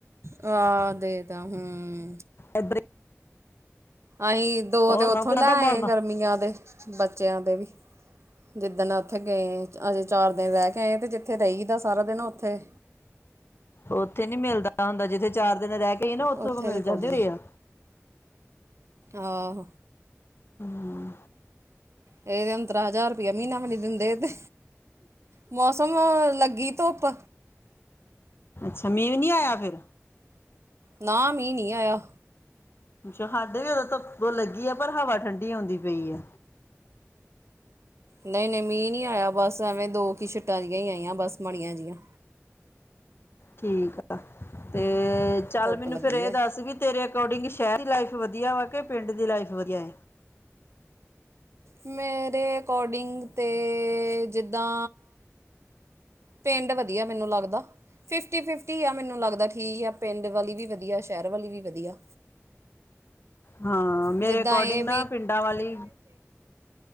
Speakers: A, on the right (about 60°); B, on the left (about 50°).
A: ਆ ਤਾਂ ਹਮ
B: ਇਬ੍ਰ
A: ਅਸੀਂ ਦੋ
B: ਹੋਰ
A: ਤੇ ਉੱਥੋਂ
B: ਸੁਣਾਓ ਕਿਦਾਂ
A: ਲੈ
B: ਦਾ
A: ਆਏ
B: ਮੌਸਮ
A: ਗਰਮੀਆਂ ਦੇ ਬੱਚਿਆਂ ਦੇ ਵੀ ਜਿੱਦਣ ਉੱਥੇ ਗਏ ਅਜੇ ਚਾਰ ਦਿਨ ਰਹਿ ਕੇ ਆਏ ਤੇ ਜਿੱਥੇ ਰਹੀਦਾ ਸਾਰਾ ਦਿਨ ਉੱਥੇ
B: ਉੱਥੇ ਨੀ ਮਿਲਦਾ ਹੁੰਦਾ ਜਿੱਥੇ ਚਾਰ ਦਿਨ ਰਹਿ ਇਹ ਨਾ ਉੱਥੋਂ
A: ਉੱਥੇ
B: ਮਿਲ
A: ਨੀ ਕੁਝ
B: ਜਾਂਦੇ ਰ ਆ
A: ਆਹ
B: ਹਮ
A: ਇਹ ਤੇ ਪਾਂਦਰਾਂ ਹਜ਼ਾਰ ਰੁਪਇਆ ਮਹੀਨਾ ਵੀ ਨੀ ਦਿੰਦੇ ਤੇ ਮੌਸਮ ਲੱਗੀ ਧੁੱਪ
B: ਸਮਮੀ ਵੀ ਨਹੀਂ ਆਇਆ ਫਿਰ
A: ਨਾ ਮੀਹ ਨਹੀਂ ਆਇਆ
B: ਅੱਛਾ ਸਾਡੇ ਵੀ ਓਦੋਂ ਤਾਂ ਲੱਗੀ ਆ ਪਰ ਹਵਾ ਠੰਡੀ ਆਉਂਦੀ ਪਈ ਆ
A: ਨਹੀਂ ਨਹੀਂ ਮੀਹ ਨਹੀਂ ਆਇਆ ਬਸ ਸਮਵੇਂ ਦੋ ਕੂ ਛਿੱਟਾ ਹੀ ਆਈਆਂ ਬਸ ਮਾੜੀਆਂ ਜੀ ਹਾਂ
B: ਠੀਕ ਆ ਤੇ ਤੇ ਚੱਲ
A: ਧੁੱਪ
B: ਮੈਨੂੰ
A: ਲੱਗੀ
B: ਫੇਰ ਇਹ
A: ਆ
B: ਦੱਸਗੀ ਤੇਰੇ ਅਕੋਰਡਿੰਗ ਸ਼ਹਿਰ ਦੀ ਲਾਈਫ ਵਧੀਆ ਵਾ ਕਿ ਪਿੰਡ ਦੀ ਲਾਈਫ ਵਧੀਆ
A: ਮੇਰੇ ਅਕੋਡਿੰਗ ਤੇ, ਜਿੱਦਾਂ ਪਿੰਡ ਵਧੀਆ ਮੈਨੂੰ ਲੱਗਦਾ, ਫਿਫਟੀ ਫਿਫਟੀ ਆ ਮੈਨੂੰ ਲੱਗਦਾ ਠੀਕ ਆ ਪਿੰਡ ਵਾਲੀ ਵੀ ਵਧੀਆ ਸ਼ਹਿਰ ਵਾਲੀ ਵੀ ਵਧੀਆ।
B: ਹਾਂ ਮੇਰੇ
A: ਜਿੱਦਾਂ
B: ਅਕੋਡਿੰਗ
A: ਇਹ
B: ਨਾ ਪਿੰਡਾਂ ਵਾਲੀ